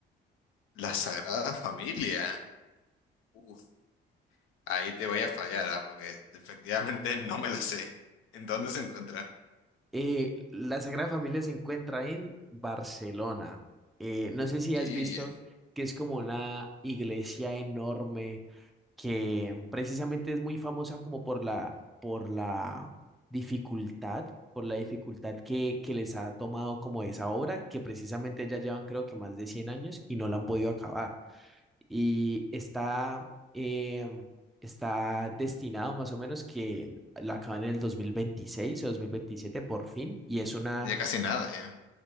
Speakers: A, on the left; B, in the centre.
A: la Sagrada Familia. Uf, ahí te voy a fallar, ¿ah? Porque efectivamente no me la sé. ¿En dónde se encuentra?
B: Eh, la Sagrada Familia se encuentra en Barcelona. Eh, no sé si
A: Sí,
B: has visto que es como una iglesia enorme que precisamente es muy famosa como por la, por la dificultad, por la dificultad que, que les ha tomado como esa obra, que precisamente ya llevan creo que más de 100 años y no la han podido acabar y está, eh, está destinado más o menos que lo acaban en el 2026 o 2027 por fin, y es una,
A: Ya casi nada, ya.